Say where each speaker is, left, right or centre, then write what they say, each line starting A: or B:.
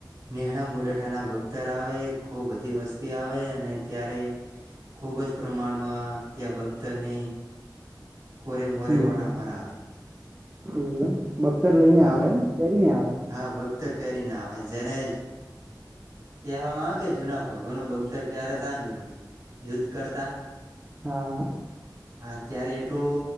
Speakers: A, on the right; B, on the right.
A: નેહણા મુડઠાના બગતર આવે ખૂબ બધી વસ્તી આવે અને ત્યારે ખૂબ જ પ્રમાણમાં ત્યાં બગદરને કોરે મોરે
B: હમ
A: ઓટા મરાાવય
B: એવું બખ્તર લઈ ને
A: હા
B: આવે એમ પહેરી ને આવે
A: હા બગધર પ્યારી ના આવે જને કહેવામાં આવે કે જૂના ભગવાનો બગદર પ્યારથાન યુદ્ધ કરતા
B: હા હા
A: હાત્યારે એટલું